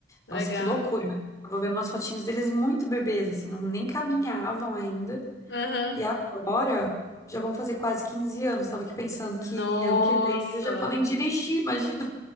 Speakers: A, on the left; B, on the left.
A: Legal.
B: Nossa, que loucura. Eu tava vendo umas fotinhas deles muito bebês, assim, não, nem caminhavam ainda.
A: Aham.
B: E agora já vão fazer quase 15 anos. Estava aqui pensando que
A: Nossa,
B: ano que vem eles já podem dirigir, imagina.